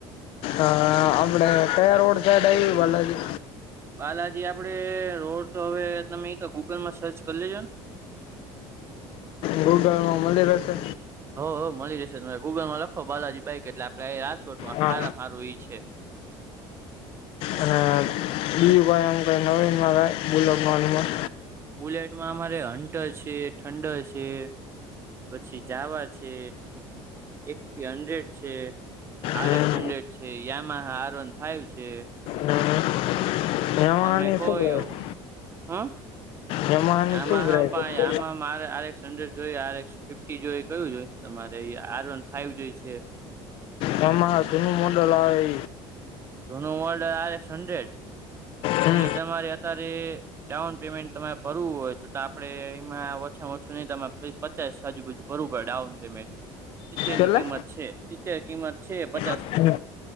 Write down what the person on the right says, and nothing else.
બાલાજી આપડે રોડ તો હવે તમે તો ગૂગલ માં સર્ચ કરી લેજો ને.
હો-હો મળી જશે તમે ગૂગલમાં લખો બાલાજી બાઈક કે એટલે આપડે રાજકોટમાં
હારા મા હારુ ઈ છે.
બુલેટમાં અમારે હન્ટર છે, ઠંડર છે. પછી જાવા છે, એપી હન્ડ્રેડ છે. આર
એક્સ હન્ડ્રેડ છે, યામાં હા આર વન ફાઈવ છે.
પછી
તમે કોઈ
એવું. હમ્મ.
આમાહા
મા પા Yamaha R RX. Hundred જોઈએ આર એક્સ ફિફી જોઈ કયું જોઈ તમારે આર વન ફાઈવ જોઈ છે.
જૂનો મોડલ આ એસ હન્ડ્રેડ
એ તમારે અત્યારે ડાઉન પેમેન્ટ તમારે ભરવું હોય તો તો આપડે એમાં ઓછામાં ઓછું નહી તમારે પચાસ આજુબાજુ બરોબર ડાઉન પેમેન્ટ હિતેરની
કિંમત છે. હિતેર કિંમત છે. પચ